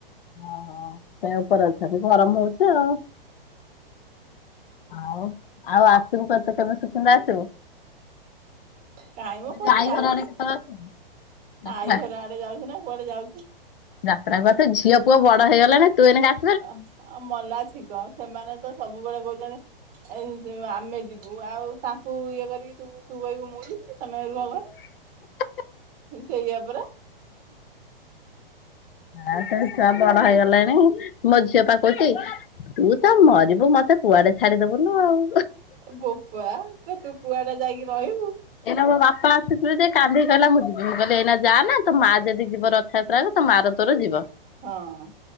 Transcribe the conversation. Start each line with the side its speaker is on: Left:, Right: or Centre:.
Left: ଓହୋ ସେ ଉପରେ ଅଛଟି ଗରମ ହଉଛି ଆଉ। ଆଉ ଆଉ ଆସିବୁ କେତେ କେବେ ସୁକିନ୍ଦା ଆସିବୁ।
Right: କାଇଁ ମ
Left: ମୁଁ
Right: କୁଆଡେ
Left: ଯୋଉ ଆଈ
Right: ଯାଉଚି
Left: ଘର ଆଡେ କେତେବେଳେ ଆସିବୁ ଯାତ୍ରା?
Right: ଆଇ ଘର ଆଡେ ଯାଉଚି ନା କୁଆଡେ ଯାଉଚି।
Left: ଯାତ୍ରା କୁ ଆସେ ଝିଅ ପୁଅ ବଡ ହେଇଗଲାଣି ତୁ ଏନା ଆ
Right: ଅ ଆଉ ମଲା ଛିଙ୍କ ସେମାନେ ତ ସବୁବେଳେ କୋଉ ଚ଼ନ୍ତି ଏ ଆମେ ଯିବୁ ଆଉ ତାଙ୍କୁ ଇଏ କରିକି ତୁ କହିବୁ ମୁଁ ଯିବି ତମେରୁହ ଘରେ
Left: <unintelligible>
Right: ହୁଁ ସେଇଆା ପରା
Left: ଏଟା ହେଇନେ ଉଁ ଆଉ ତମ ଚୁଆ ବଡ ହେଇଗଲେଣି ମୋ ଝିଅ ପା କଉଚି ତୁ ତ ମରିବୁ ମତେ କୁଆଡେ ଛାଡିଦବୁନୁ ଆଉ
Right: ବୋପା ତୁ କୁଆଡେ ଯାଇକି ରହିବୁ
Left: ଏଇନା ମୋ ବାପା ଆସିଥିଲେ ଯେ କାନ୍ଦି କହିଲା ମୁଁ ଯିଁବି ମୁଁ କହିଲି ଏଇନା ଯାଆନା ତୋ ମା ଯଦି ଯିବ ରଥଯାତ୍ରା କୁ ମାର ତୋର ଯିବ।
Right: ହଁ।